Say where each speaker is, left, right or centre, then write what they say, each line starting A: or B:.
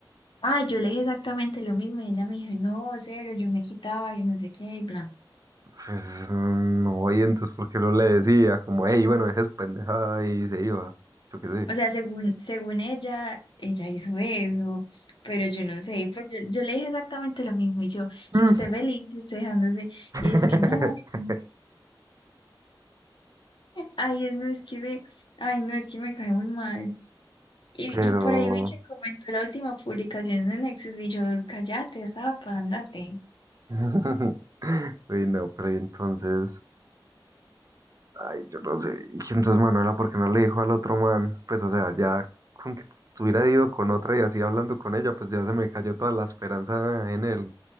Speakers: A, on the left; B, on the right.
A: Ah, yo le dije exactamente lo mismo y ella me dijo, no, cero, yo me quitaba y no sé qué y bla.
B: Pues no, y entonces, ¿por qué no le decía? Como, hey, bueno, deje su pendejada y se iba. Yo qué sé.
A: O sea, según, según ella, ella hizo eso, pero yo no sé, pues yo, yo le dije exactamente lo mismo y yo, y
B: Mm.
A: usted feliz, y usted dejándose,
B: <laughs>
A: y es que no, que no, ay, es- no es que me, ay, no es que me cae muy mal. Y,
B: Pero.
A: y por ahí vi que comentó la última publicación de Nexus y yo, cállate, zapa, ándate.
B: <laughs> Uy, no, pero y entonces. Ay, yo no sé. Y entonces Manuela, ¿por qué no le dijo al otro man? Pues, o sea, ya con que hubiera ido con otra y así hablando con ella, pues ya se me cayó toda la esperanza en él.